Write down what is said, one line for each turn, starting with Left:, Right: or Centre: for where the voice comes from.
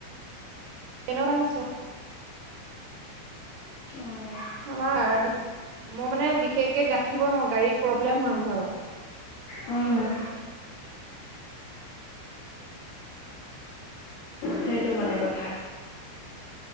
Right: ট্ৰেইনত আহিছোঁ।
Left: অ',
Right: আমাৰতি মই মানে বিশেষকে গা ধব নোৱাৰো গাড়ীত। প্ৰব্লেম হয়।
Left: উম। সেইটো মানে কথা।